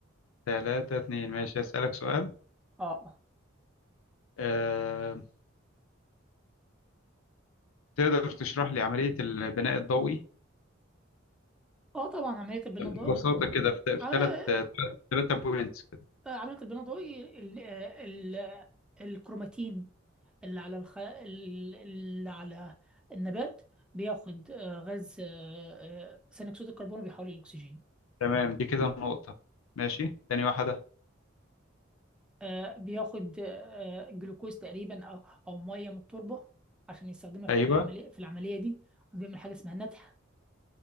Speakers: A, on the left (about 80°); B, in the centre.
A: ثلاثة اتنين ماشي هسألك سؤال
B: أه أه
A: أه... تقدر تشرح لي عملية البناء الضوئي
B: آه، طبعا عملية البناء الضوئي
A: ببساطة كده في
B: عملية
A: ثلاث ثلاثة بوينتس كده
B: آه، عملية البناء الضوئي ال- آه، ال- الكروماتين اللي على الخ... ال- اللي على النبات بياخد آه، غاز آه، آه، ثاني أكسيد الكربون وبيحوله للأكسجين
A: تمام دي كده النقطة ماشي تاني واحدة
B: آه، بياخد آه، جلوكوز تقريبا او او ميه من التربه عشان يستخدمها في
A: أيوه
B: العمليه في العمليه دي وبيعمل حاجه اسمها نتح